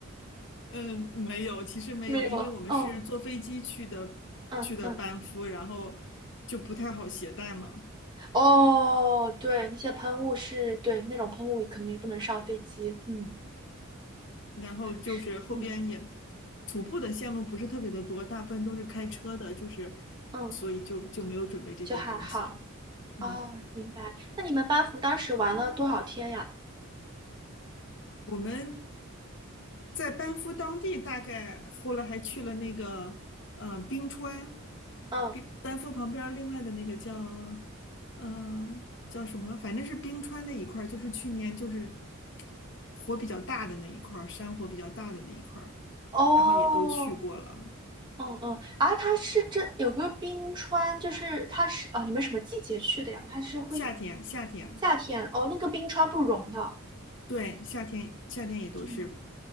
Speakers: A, on the left; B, on the right.
A: <laughs> 嗯，没有，其实没有，
B: 没有啊。
A: 因为我们是坐飞机去的，
B: 哦，嗯嗯，
A: 去的班夫，然后就不太好携带嘛。
B: 哦，对，那些喷雾是对那种喷雾，肯定不能上飞机。嗯，
A: 然后就是后边也
B: 是，嗯
A: 徒步的线路不是特别的多，大部分都是开车的，就是
B: 嗯，
A: 所以就就没有准备这些东西。
B: 就还好。哦，
A: 嗯，
B: 明白。那你们班服当时玩了多少天呀？
A: 我们在班夫当地，大概后来还去了那个呃冰川，
B: 嗯，
A: 冰班夫旁边儿另外的那个叫呃叫什么，反正是冰川那一块儿，就是去年就是火比较大的那一块儿，山火比较大的那一块儿，
B: 哦，
A: 然后也都去过了。
B: 嗯嗯，啊，它是这有个冰川，就是它是哦，你们什么季节去的呀？它是会
A: 夏天，夏天。
B: 夏天哦，那个冰川不融的。
A: 对，夏天夏天也都是，
B: 嗯